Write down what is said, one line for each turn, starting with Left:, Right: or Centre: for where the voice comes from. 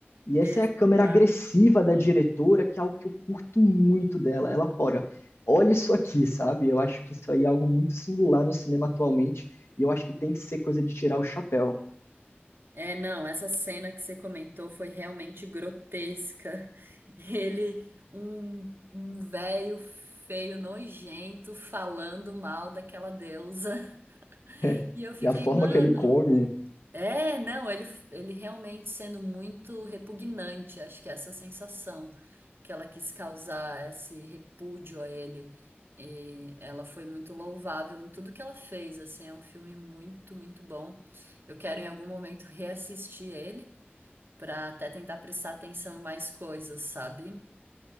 Left: E essa
Right: exato.
Left: é a câmera agressiva da diretora, que é algo que eu curto muito dela. Ela pode, olha isso aqui, sabe? Eu acho que isso aí é algo muito singular no cinema atualmente, e eu acho que tem que ser coisa de tirar o chapéu.
Right: É, não, essa cena que você comentou foi realmente grotesca. <laughs> Ele, um, um velho feio, nojento, falando mal daquela deusa. <laughs>
Left: <laughs>
Right: E eu fiquei,
Left: E a forma
Right: mano.
Left: que ele come.
Right: É, não, ele, ele realmente sendo muito repugnante, acho que é essa sensação que ela quis causar, esse repúdio a ele, e ela foi muito louvável em tudo que ela fez, assim, é um filme muito, muito bom. Eu quero em algum momento reassistir ele para até tentar prestar atenção em mais coisas, sabe?